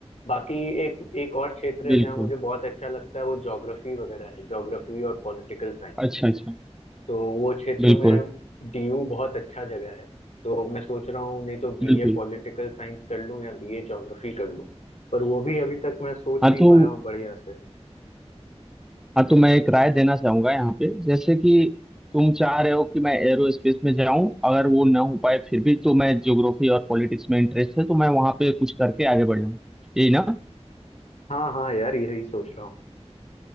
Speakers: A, on the left; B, in the centre.
A: बाकी एक एक और क्षेत्र है
B: बिल्कुल
A: जहाँ मुझे बहुत अच्छा लगता है वो ज्योग्राफी वगैरह है ज्योग्राफी और पॉलिटिकल साइंस
B: अच्छा अच्छा
A: तो वो क्षेत्र
B: बिल्कुल
A: में डीयू बहुत अच्छा जगह है तो मैं सोच रहा हूँ नहीं तो बीए
B: बिल्कुल
A: पॉलिटिकल साइंस कर लूँ या बीए ज्योग्राफी कर लूँ पर वो भी अभी तक मैं सोच
B: हाँ
A: नहीं
B: तो
A: पाया हूँ बढ़िया से
B: हाँ तो मैं एक राय देना चाहूंगा यहाँ पे जैसे कि तुम चाह रहे हो कि मैं एरोस्पेस में जाऊं अगर वो ना हो पाए फिर भी तो मैं ज्योग्राफी और पॉलिटिक्स में इंटरेस्ट है तो मैं वहां पे कुछ करके आगे बढ़ जाऊँ यही ना
A: हाँ हाँ यार यही सोच रहा हूँ